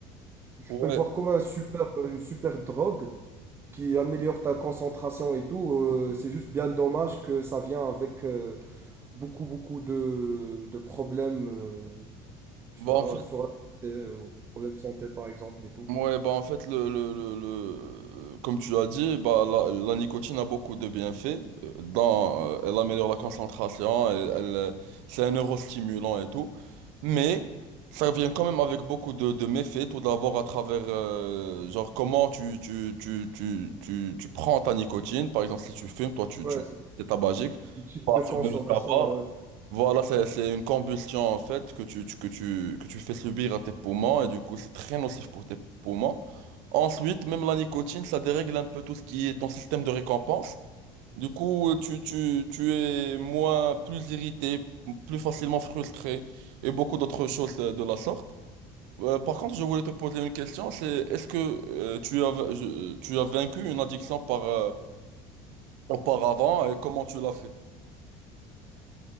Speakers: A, on the right; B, on the right.
A: Je
B: Ouais,
A: peux le voir comme un super, une super drogue qui améliore ta concentration et tout. Euh, c'est juste bien dommage que ça vient avec euh, beaucoup, beaucoup de, de problèmes, euh, je
B: bah,
A: sais pas,
B: en fait...
A: sur la santé, euh, problèmes de santé par exemple et tout.
B: Ouais, bah en fait, le, le, le, le- comme tu as dit, bah, la, la nicotine a beaucoup de bienfaits. euh, Dans, euh, elle améliore la concentration, elle, elle, euh, c'est un neurostimulant et tout. Mais ça vient quand même avec beaucoup de, de méfaits. Tout d'abord, à travers euh, genre comment tu, tu, tu, tu, tu, tu prends ta nicotine. Par exemple, si tu fumes, toi, tu,
A: Ouais,
B: tu
A: c'est
B: es tabagique.
A: le type
B: Pas
A: de consommation.
B: fumer le tabac.
A: ouais.
B: Voilà, c'est, c'est une combustion en fait que tu, tu- que tu, que tu fais subir à tes poumons et du coup c'est très nocif pour tes poumons. Ensuite, même la nicotine, ça dérègle un peu tout ce qui est ton système de récompense. Du coup, euh, tu, tu, tu es moins, plus irrité, plus facilement frustré et beaucoup d'autres choses euh, de la sorte. Euh, par contre, je voulais te poser une question, c'est est-ce que euh, tu as, je- tu as vaincu une addiction par, euh, auparavant et comment tu l'as fait?